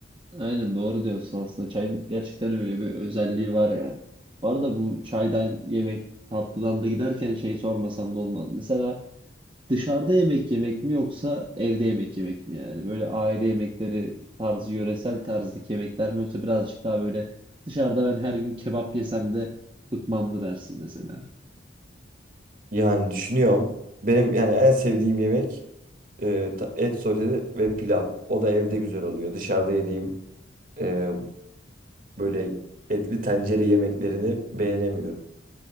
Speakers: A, on the right; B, on the right.
A: Aynen doğru diyorsun aslında çayın gerçekten öyle bir özelliği var yani. Bu arada bu çaydan yemek tatlıdan da giderken şey sormasam da olmaz. Mesela Dışarıda yemek yemek mi yoksa evde yemek yemek mi yani? Böyle aile yemekleri tarzı, yöresel tarzdaki yemekler mi yoksa birazcık daha böyle dışarıda ben her gün kebap yesem de bıkmam mı dersin mesela?
B: Yani düşünüyorum. Benim yani en sevdiğim yemek e, ta- et sote ve pilav. O da evde güzel oluyor. Dışarıda yediğim e, böyle etli tencere yemeklerini beğenemiyorum.